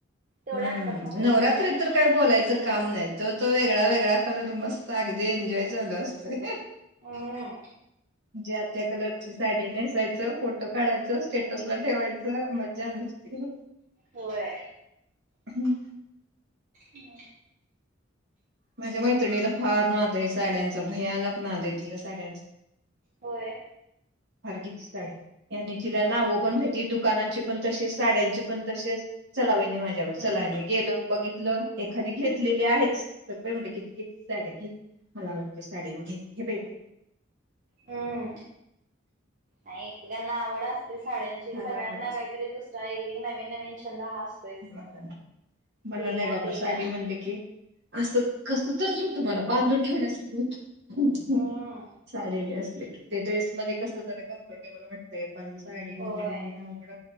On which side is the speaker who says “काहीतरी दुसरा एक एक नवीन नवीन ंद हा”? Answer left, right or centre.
Right